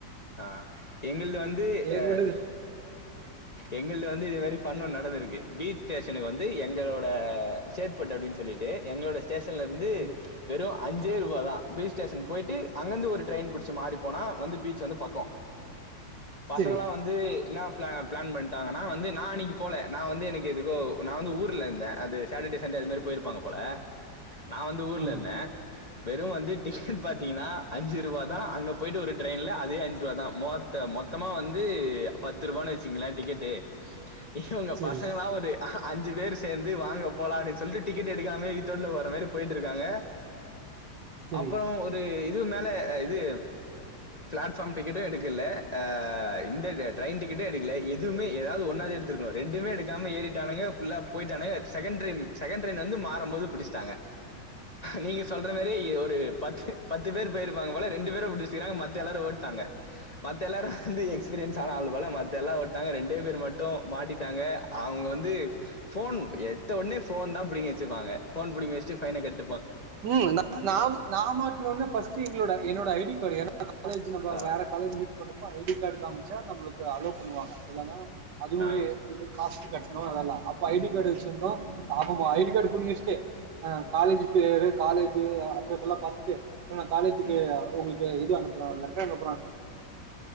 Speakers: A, on the left; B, on the right.
A: ஆ எங்கள்து வந்து
B: ஏகப்பட்டது
A: ஆ எங்கள்து வந் து இது மாரி ஃபண்ணு நடந்துருக்கு பீச் ஸ்டேஷனுக்கு வந்து எங்களோட சேட்பட் அப்டினு சொல்லிட்டு எங்களோட ஸ் டேஷன்லேர்ந்து
B: ஆமா
A: வெறு அஞ்சே ருவாதா பீச் ஸ்டேஷன் போயிட்டு அங்கந்து ஒரு ட்ரயின் புடிச்ச மாறி போனா வந்து பீச் வந்து பக்கொ பசங்களா
B: சரி
A: வந்து என்னா ஃப்ளா ப்ளான் பண்ட்டாங்கனா வந்து நா அன்னக்கி போல நா வந்து எனக்கு எதுக்கோ நா வந்து ஊர்ல இருந்த அது சேட்டட்டே சண்டே அது மாரி போ பொய்ருப்பாங்க போல நா வந்து ஊர்ல
B: ஆமா
A: இர்ந்த வெறு வந்து டிக்கெட் பாத்தீங்கனா அஞ்சிருவா தா அங்க போயிட்டு ஒரு ட்ரயின்ல அதே அ ஞ்ச்ருவா தா மோத்தம் மொத்தமா வந்து பத்ருவான்னு வச்சுங்களே டிக்கெட்டு இவுங்க
B: சரி
A: பசங்கல்லா ஒரு அஞ்சு பேரு சேந்து வாங்க போலான்னு சொல்லிட்டு டிக்கெட் எடுக்காமயே வித்தவுட்ல வர மாரி போயிட்ருக்காங்க
B: சரி
A: அப்பறோ ஒரு இது மேல இது பிளாட் ஃபார்ம் டிக்கெட்டு எடுக்கல்ல ஆ இந்த டிரெயின் டிக்கெட்டு எடுக்கல எதுவுமே ஏதாவது ஒன்னாவது எடுத்துருக்கணு ரெண்டு எதுவுமே எடுக்காம ஏறிட்டானுங்க ஃபுல்லா போயிட்டானுங்க செகண்ட் ட்ரெயின் செகண்ட் ட்ரெயின் வந்து மாறும் போது புடிச்சிட்டாங்க நீங்க சொல்ற மாரி ஒரு பத்து பத்து பேர் போயிருப்பாங்க போல ரெண்டு பேர புடிச்சக்கிறாங்க மத்த எல்லாரு ஒட் டாங்க மத்த எல்லாரு வந்து எக்ஸ்பீரியன்ஸ் ஆன ஆள் போல மத்த எல்லா ஓட் டாங்க ரெண்டே பேர் மட்டு மாட்டிட்டாங்க அவங்க வந்து போன் எத் எத்த ஒனே போன்தா புடிங்கி வச்சப்பாங்க போன் புடிங்கி வச்சுட்டு ஃபைன கட்
B: ம் நா நா மாட்டன ஒன்னே பஸ்ட்டு எங்களோட என்னோட ஐ டி ஏன்னா காலேஜ் நம்
A: ஆ
B: வேற காலேஜ் மீட் பண்ணறோப்ப ஐ டி காடு காமிச்சா நம்மளுக்கு அலோ பண்ணுவாங்க இல்லன்னா அதுவே
A: ஆ
B: இதுக்கு காசு கட்டணு அதெல்லா அப்ப ஐ டி கார்டு வச்சிருந்தோ அவ ஐ டி கார்டு புடிங்கி வச்சட்டு அ காலேஜ் பேரு காலேஜ்ஜு அட்ரஸ்ல்லா பாத்துட்டு என்னடா காலேஜுக்கு
A: ம்
B: உங்க இத இது அனுப்புறாலெ லெட்டரு அனுப்புறா